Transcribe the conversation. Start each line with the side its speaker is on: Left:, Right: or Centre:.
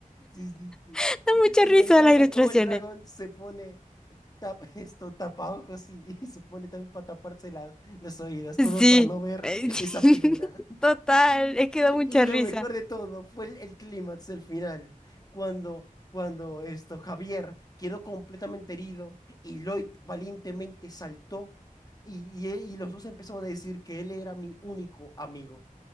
Left: sí, sí, sí.
Centre: <laughs> Da mucha
Left: Y
Centre: risa
Left: me encanta
Centre: las ilustraciones.
Left: cómo el dragón se pone tap- esto, tapa ojos y, y se pone también para taparse la- los oídos, todo
Centre: Sí,
Left: para no ver
Centre: eh,
Left: esa figura.
Centre: <laughs> total, es que
Left: Y
Centre: da mucha
Left: lo
Centre: risa.
Left: mejor de todo fue el, el clímax el final, cuando, cuando esto, Javier quedó completamente herido y Lloyd valientemente saltó y, y, él- y los dos empezaron a decir que él era mi único amigo.